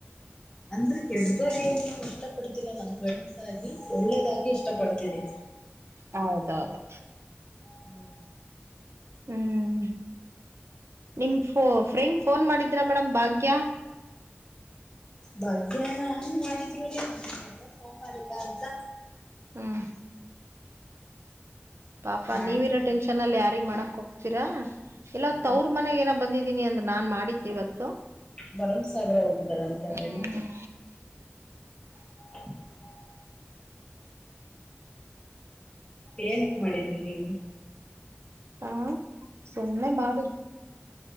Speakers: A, on the left (about 20°); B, on the right (about 80°).
A: ಅಂದ್ರೆ ಕೆಡ್ದಾಗ ಏನು ಇಷ್ಟ ಪಡ್ತಿಲ್ಲ ನಾನು ಗಂಸಾಗಿ ಒಳ್ಳೆದಾಗಿ ಇಷ್ಟ ಪಡ್ತಿದೆ
B: ಹೌದೌದು
A: ಹ್ಮ
B: ಹ್ಮ್ ನಿಮ್ ಫ್ರೆಂಡ್ ಫೋನ್ ಮಾಡಿದ್ರಾ ಮೇಡಮ್ ಭಾಗ್ಯ
A: ಬಗ್್ಯಾ ಮಾಡಿದ್ರು ರೀ ಫೋನ್ ಮಾಡಿಲ್ಲ ಅಂತ
B: ಹ್ಮ್ ಪಾಪ
A: ಮಾಡಿ
B: ನೀವಿ ಇರೋ ಟೆನ್ಷನ್ ಅಲ್ಲಿ ಯಾರಿ ಮಾಡಕ್ ಹೋಗ್ತೀರಾ ಇಲ್ಲ
A: ಹ
B: ತ ಅವ್ರ ಮನ್ಾಗ ಏನ ಬಂದಿದ ಇದಿನಿ ಅಂದ್ರ ನಾನ್ ಮಾಡಿದ್ದೆ ಇವತ್ತು
A: ಭರಮಸಾಗರ ಹೋಗಿದಾರಂತ
B: ಹ್ಮ್
A: ಅವೇನು ಹ ಏನಕ್ ಮಾಡಿದ್ರಿ ನೀವು
B: ಹಾ ಸನ್ನ ಮಾಡ